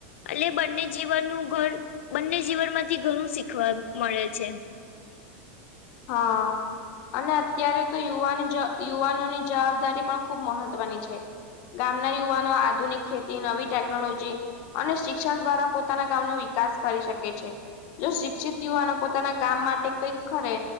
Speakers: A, on the left; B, on the left.
A: એટલે બંને જીવનનું ઘ બંને જીવન માંથી ઘણું શીખવા મળે છે
B: હા અને અત્યારે તો યુવાની યુવાનોની જવાબદારી પણ ખૂબ મહત્વની છે ગામના યુવાનો આધુનિક ખેતી નવી ટેકનોલોજી અને શિક્ષણ દ્વારા પોતાના ગામનો વિકાસ કરી શકે છે જો શિક્ષિત યુવાનો પોતાના ગામ માટે કઈક ખરે